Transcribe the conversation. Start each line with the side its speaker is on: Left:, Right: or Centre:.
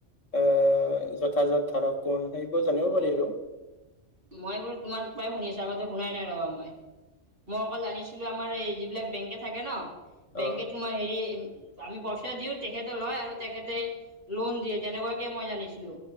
Left: এ, যথাযথ ধৰক কোন সেইবোৰ জানিব পাৰি আৰু।
Right: মই বোৰ তোমাৰ প্ৰায় শুনিছো আগতে শুনাই নাই ৰবা মই মই অকল জানিছিলো আমাৰ এই যিবিলাক বেংকে থাকে ন বেংক
Left: অ
Right: তমাৰ হেৰি আমি পইচা দিও তেখেতে লয় আৰু তেখেতে লোন দিয়ে তেনেকুৱাকে মই জানিছিলোঁ।